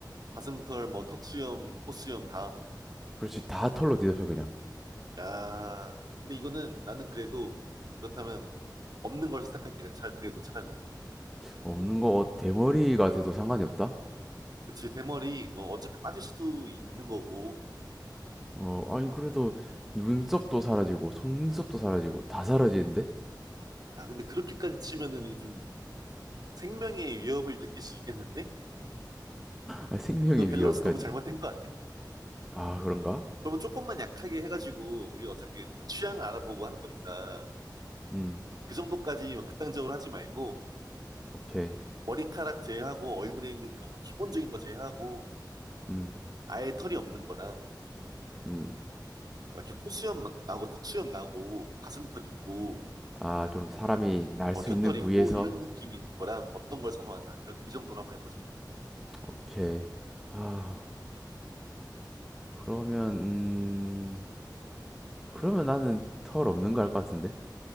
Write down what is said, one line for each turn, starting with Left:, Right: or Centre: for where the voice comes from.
Right: 가슴털, 뭐, 턱수염, 코수염 다.
Centre: 그렇지. 다 털로 뒤덮여, 그냥.
Right: 야, 근데 이거는 나는 그래도 그렇다면 없는 걸 선택할게. 잘, 그래도 차라리.
Centre: 없는 거, 어, 대머리가 돼도 상관이 없다?
Right: 그치, 대머리, 뭐 어차피 빠질 수도 있는 거고.
Centre: 어, 아니, 그래도 눈썹도 사라지고, 속눈썹도 사라지고, 다 사라지는데?
Right: 야, 근데 그렇게까지 치면은 이거 좀 생명의 위협을 느낄 수 있겠는데?
Centre: 아, 생명의
Right: 음, 이거 밸런스
Centre: 위협까지?
Right: 너무 잘못된 거 아니야?
Centre: 아, 그런가?
Right: 그러면 조금만 약하게 해가지고, 우리 어차피 이런 거 취향을 알아보고 하는 거니까,
Centre: 음,
Right: 그 정도까지 막 극단적으로 하지 말고,
Centre: 오케이.
Right: 음, 머리카락 제외하고, 얼굴에 있는 그런 거 기본적인 거 제외하고,
Centre: 음,
Right: 아예 털이 없는 거랑,
Centre: 음.
Right: 이렇게 코수염 나고 턱수염 나고 가슴털 있고
Centre: 아, 좀 사람이 날
Right: 어,
Centre: 수
Right: 겨털
Centre: 있는
Right: 있고
Centre: 부위에서
Right: 이런 느낌인 거랑 어떤 걸 선호하나 이런 이 정도로 한번 해보자.
Centre: 오케이. 아, 그러면 음, 그러면 나는 털 없는 거 할 것 같은데.